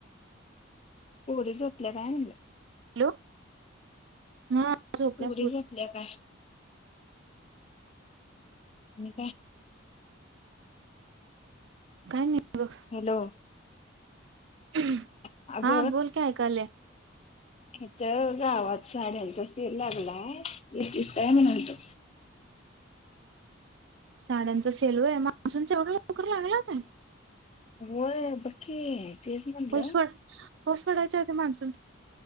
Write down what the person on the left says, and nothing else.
पोरी झोपल्या काय.
पोरी झोपल्या काय. नाही
हॅलो.
आग
इथ गावात साड्यांचा सेल लागलाय. येतीस काय म्हणालतो.
होय बघ की. तेच म्हणलं